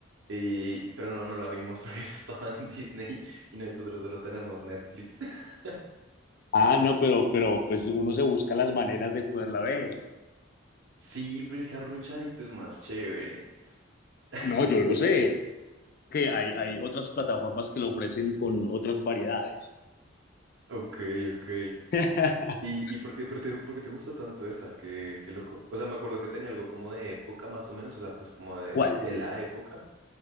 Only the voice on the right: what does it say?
Y- pero no, no la vimos porque <laughs> eso estaba en Disney y nosotros solo tenemos Netflix. <laughs>
Sí, pero es que Arrunchadito es más chévere. <laughs>
Ok, ok.
¿Y, y por qué, por te, por qué te gustó tanto esa? Qué, qué loco. O sea, me acuerdo que tenía algo como de época más o menos, o sea, pues como de,
de la época,